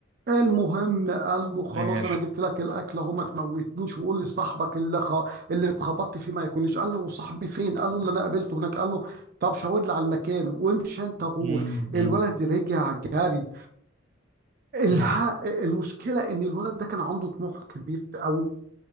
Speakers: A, on the right; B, on the right.
A: المهم قال له خلاص
B: ماشي
A: انا جبت لك الاكل اهو ما تموتنيش وقول لي صاحبك اللي خ... اللي اتخبطت فيه ما يكونش قال له صاحبي فين قال له اللي انا قابلته هناك قال له طب شاور لي على المكان وامشي انت غور
B: مم. مم.
A: الولد رجع جري الها
B: مم.
A: المشكله ان الولد ده كان عنده طموح كبير قوي